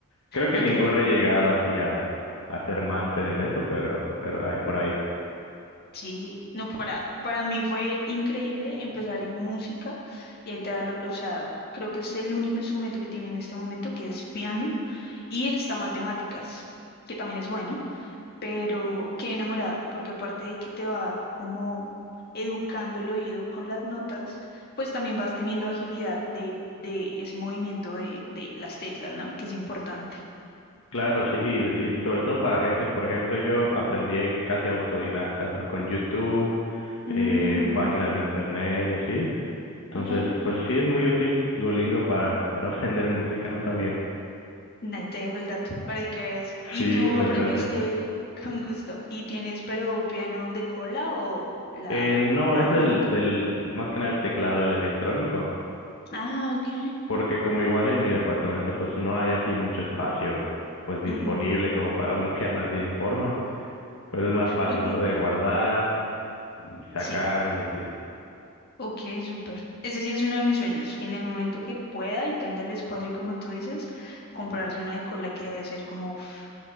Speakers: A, on the left (about 65°); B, on the left (about 45°).
A: creo que
B: Ok.
A: ninguno he llegado así a, a ser máster en eso, pero, pero hay por ahí.
B: Sí, no, para, para mí fue increíble empezar en música y ahí te da, la- o sea, creo que es el único instrumento que tiene en este momento, que es piano, y está matemáticas, que también es bueno, pero qué enamorada, porque aparte de que te va como educando el oído con las notas, pues también vas teniendo agilidad de, de ese movimiento de, de las teclas, ¿no? Que es importante.
A: Claro, sí, y, y sobre todo para gente, por ejemplo, yo aprendí casi autodidacta, ¿no? Con YouTube,
B: Mm,
A: eh, páginas de internet y así. Entonces,
B: ok.
A: pues sí es muy útil Duolingo para, para <laughs> aprender música, no sabía.
B: Ahí te dejo el dato para que veas. ¿Y
A: Sí,
B: tú
A: muchas
B: aprendiste
A: gracias.
B: <laughs> con gusto? ¿Y tienes pero piano de cola o la
A: Eh, no,
B: organeta?
A: es del, del, más que nada el teclado, el electrónico,
B: Ah, ok.
A: porque como igual en mi departamento pues no hay así mucho espacio pues disponible
B: Ujú,
A: como para un <laughs> piano así en forma, pues es más fácil,
B: Ok,
A: ¿no? De guardar y sacar
B: sí,
A: y así.
B: ok, súper. Ese sí es uno de mis sueños, que en el momento que pueda y tenga el espacio, como tú dices, comprarse una de cola que debe ser como, uff,